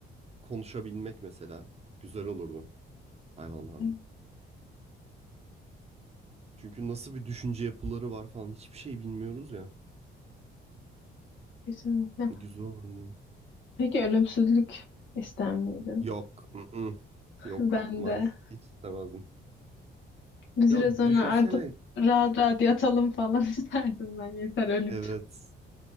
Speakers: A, on the right (about 30°); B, on the left (about 75°).
A: konuşabilmek mesela güzel olurdu hayvanlarla.
B: <laughs>
A: Çünkü nasıl bir düşünce yapıları var falan hiçbir şey bilmiyoruz ya.
B: Kesinlikle.
A: Güzel olurdu.
B: Peki ölümsüzlük ister miydin?
A: Yok. ı-ı. Yok.
B: Ben
A: Maz.
B: de.
A: Hiç istemezdim.
B: Biz
A: Ya
B: biraz sonra
A: düşünsene.
B: artık rahat rahat yatalım falan <laughs> isterdim ben yeter ölüp.
A: Evet.